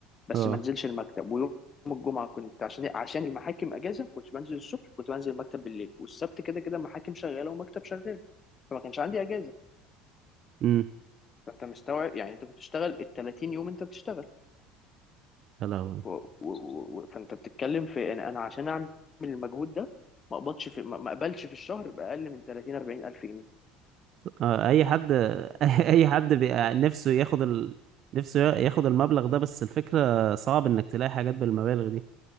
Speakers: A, on the left; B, on the right.
A: بس
B: اه
A: ما انزلش المكتب ويوم الجمعه كنت عشان إيه؟ عشان المحاكم اجازه ما كنتش بنزل الصبح كنت بنزل المكتب بالليل والسبت كده كده محاكم شغاله ومكتب شغال فما كانش عندي اجازه
B: امم
A: فانت مستوعب يعني انت بتشتغل ال 30 يوم انت بتشتغل
B: يا لهوي
A: و... و... و... فانت بتتكلم في انا أنا عشان اعمل المجهود ده ما اقبضش في ما ما اقبلش في الشهر باقل من 30 40 الف جنيه
B: اه اي حد <laughs> اي حد بيبقى نفسه ياخد ال... نفسه ياخد المبلغ ده بس الفكرة صعب انك تلاقي حاجات بالمبالغ دي